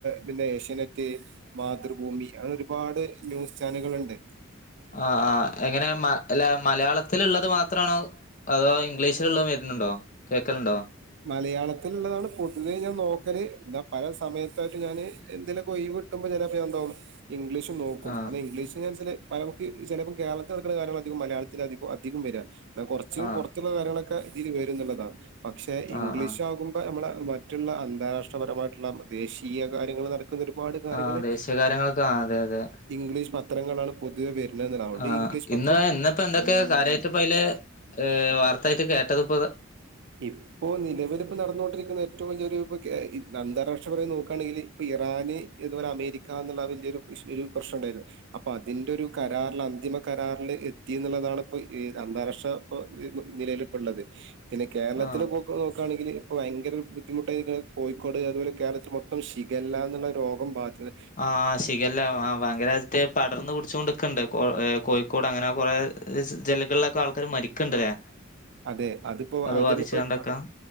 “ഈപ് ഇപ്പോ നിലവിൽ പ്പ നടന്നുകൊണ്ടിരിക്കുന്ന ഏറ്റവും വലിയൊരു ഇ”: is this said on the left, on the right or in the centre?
Right